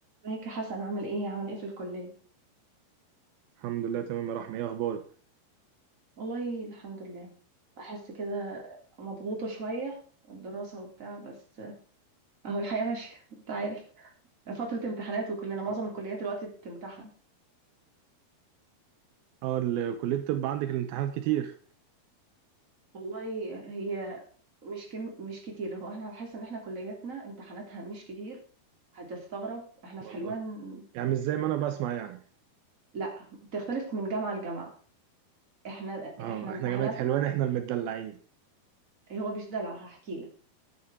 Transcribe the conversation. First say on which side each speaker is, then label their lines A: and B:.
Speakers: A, on the right; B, on the right.
A: ازيك يا حسن عامل ايه عامل ايه في الكلية
B: الحمد لله تمام يا رحمة ايه اخبارك
A: والله الحمد لله بحس كده مضغوطة شوية الدراسة وبتاع بس اهو الحياة ماشية انت عارف فترة امتحانات وكلنا معظم
B: اه
A: الكليات دلوقتي بتمتحن
B: اه ال- كلية الطب عندك الامتحانات كتير
A: والله هي مش كم مش كتير هو احنا بحس ان احنا كلياتنا امتحاناتها مش كتير هتستغرب احنا في
B: والله
A: حلوان
B: يعني مش زي ما انا بسمع يعني
A: لا بتختلف من جامعة لجامعة احنا
B: اه
A: احنا امتحاناتنا
B: احنا جامعة حلوان احنا المدلعين
A: هو مش دلع هحكي لك